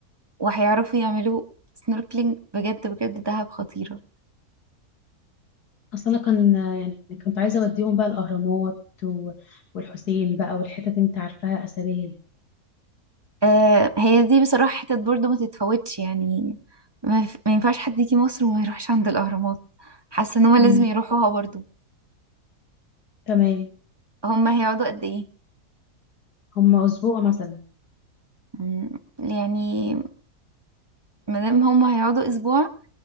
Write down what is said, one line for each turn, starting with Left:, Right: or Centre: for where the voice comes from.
Right: وهيعرفوا يعملوا سنوركلينج بجد بجد دهب خطيرة
Left: اصل انا كان يعني كنت عايزه اوديهم بقى الاهرامات و... والحسين بقى والحتت اللي انت عارفاها اثريه دي
Right: آه هي دي بصراحة حتت برضو ما تتفوتش يعني ما, يف- ما ينفعش حد يجي مصر وما يروحش عند الأهرامات حاسة ان هما
Left: مم.
Right: لازم يروحوها برضو
Left: تمام
Right: هما هيقعدوا قد ايه
Left: هما اسبوع مثلا
Right: مم، يعني مادام هما هيقعدوا اسبوع